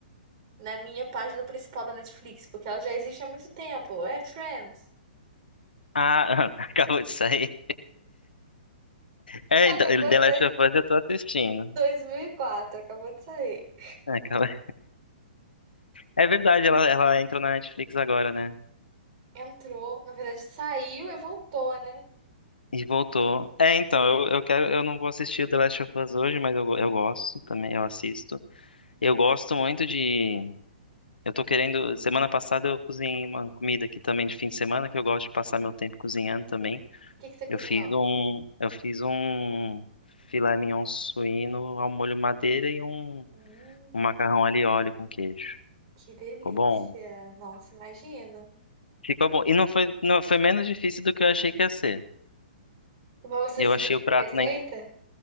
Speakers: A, on the right; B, on the left.
A: na minha página principal da Netflix, porque ela já existe há muito tempo. É Friends.
B: Ah, <laughs> acabou de sair. É,
A: Acabou
B: então, The
A: de
B: Last
A: sair
B: of Us eu tô assistindo.
A: 2004, acabou de sair.
B: É, acaba- é verdade, ela, ela entrou na Netflix agora, né?
A: Entrou, na verdade saiu e voltou, né? O
B: E, e voltou. É, então, eu, eu quero, eu não vou assistir The Last of Us hoje, mas eu, go- eu gosto também, eu assisto. Eu gosto muito de. Eu tô querendo. Semana passada eu cozinhei uma comida aqui também de fim de semana, que eu gosto de passar meu tempo cozinhando também.
A: que que você cozinhou?
B: Eu fiz um, eu fiz um filé mignon suíno ao molho madeira e um,
A: Hum,
B: um macarrão ali óleo com queijo.
A: que delícia.
B: Ficou bom?
A: Nossa, imagino.
B: Ficou bom. E não foi, não foi menos difícil do que eu achei que ia ser.
A: Mas Você
B: Eu
A: seguiu
B: achei o prato
A: a receita?
B: na, in-